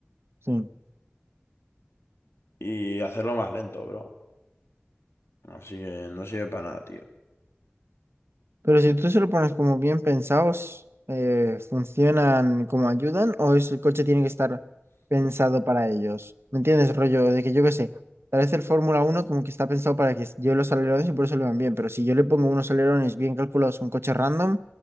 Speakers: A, on the right; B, on the left.
A: Sí.
B: y hacerlo más lento, bro. Así que no sirve para nada, tío.
A: Pero si tú se lo pones como bien pensados, eh, ¿funcionan como ayudan o es- el coche tiene que estar pensado para ellos? ¿Me entiendes, rollo? De que yo qué sé, tal vez el Fórmula uno como que está pensado para que lleve los alerones y por eso le van bien, pero si yo le pongo unos alerones bien calculados a un coche random,